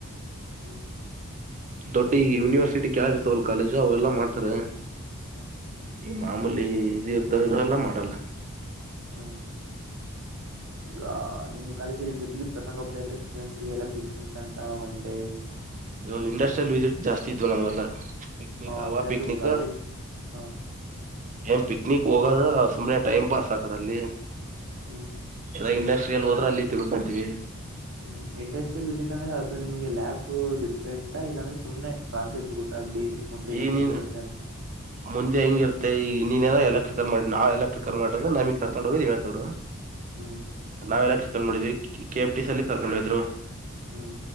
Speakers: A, on the right; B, on the right.
A: ಹ್ಮ್
B: ದೊಡ್ ಈಗ ಯೂನಿವರ್ಸಿಟಿ ಕೆಳಗ ಇರ್ತವಲ್ ಕಾಲೇಜು ಅವೆಲ್ಲ ಮಾಡ್ತಾರೆ
A: ಹಾ
B: ಈ ಮಾಮೂಲಿ ಇದಿರ್ದ ಇರಲ್ಲ ಮಾಡಲ್ಲ
A: ಹೂ
B: ಹ
A: ಈಗ ನಿಮ್ ಕಾಲೇಜ ಟ್ರಿಪ್ಿಗೆ ಕರ್ಕೊಂಡು ಹೋಗ್ತಾ ಇದ್ರೆ ಸ್ಟೂಡೆಂಟ್ಸ್ಗೆಲ್ಲ ಪಿಕ್ನಿಕ್ ಅಂತ ಒನ್ ಡೇ
B: ಇ ಇಂಡಸ್ಟ್ರಿಯಲ್ ವಿಸಿಟ್ ಜಾಸ್ತಿ ಇದ್ವ ನಮ್ಲ್ಲ ಪಕ್ನಿಕ ಆವಾ
A: ಅಂದ್ರೆ
B: ಪಕ್ನಿಕ
A: ಅದು ಪ್ರಾಜೆಕ್ಟ್ ಹ
B: ಎ ಪ ನಕ್ ಹೋಗದ ಸುಮ್ನೆ ಟೈಮ್ ಪಾಸ್ ಹಾಕದಲ್ಲಿ
A: ಹೂ
B: ಎಲ್ಲ ಇಂಡಸ್ಟ್ರಿಯಲ್ಲಿ ಹೋದ್ರೆ ಅಲ್ಲಿ ತಿಳ್ಕೊಂತೀವಿ
A: ಹೂ ಇಂಡಸ್ಟ್ರಿಯಲ್ ವಿಸಿಟ್ ಅಂದ್ರೆ ಅದು ನಿಮಗೆ ಲ್ಾಪ್ ಡಿಪೆಂಡ್ಾ ಇಲ್ಲಾಂದ್ರೆ ಸುಮ್ನೆ ಕಾನ್ಸೆಪ್ಟ್ ಗೊತ್ತ ಗೊತ್ತಾಗ್ಲಿ ಮುಂದೆ ಹೆಂಗ
B: ಈ ನೀನ್
A: ಹೆಂಗಿರುತ್ತೆ ಅಂತ
B: ಮುಂದೆ ಹೆಂಗಿರ್ತ್ತ ಈ ನೀನ್ೇನೋ ಎಲೆಕ್ಟ್ರಿಕಲ್ ಮಾಡಿ ನಾ ಎಲೆಕ್ಟ್ರಿಕಲ್ ಮಾಡ್ರ ನಮಗ್ ಕರ್ಕೊಂಡ್ ಹೋಗದ್ ಹೇಳ್ತ್ ನೋಡು
A: ಹ್ಮ್
B: ನಾವ್ ಎಲ್ಲ ಎಲೆಕ್ಟ್ರಿಕಲ್ ಮಾಡಿದ್ವಿ ಕೆಫ್ ಟ ಸಲ್ಲಿ ಕರ್ಕೊಂಡು ಹೋಗಿದ್ರು
A: ಹ್ಮ್